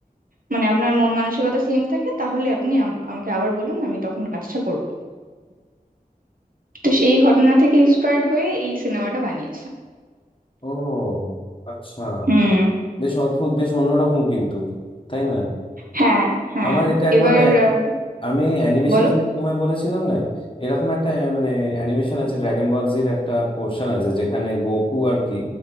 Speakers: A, on the right; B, on the left.
A: মানে আপনার মন মানসিকতা সেম থাকে তাহলে আপনি আম- আমাকে আবার বলুন আমি তখন কাজটা করব তো সেই ঘটনা থেকে ইন্সপায়ার্ড হয়ে এই সিনেমাটা বানিয়েছে
B: ও আচ্ছা
A: হুম
B: বেশ অদ্ভুত বেশ অন্যরকম কিন্তু তাই না
A: হ্যাঁ হ্যাঁ
B: আমার এটা একবার
A: এবার আহ,
B: আমি অ্যানিমেশন
A: বলো
B: দেখে তোমায় বলেছিলাম না এরকম একটা আহ, মানে অ্যানিমেশন আছে ড্রাগন বল জির একটা পোর্শন আছে যেখানে গোকু আর কি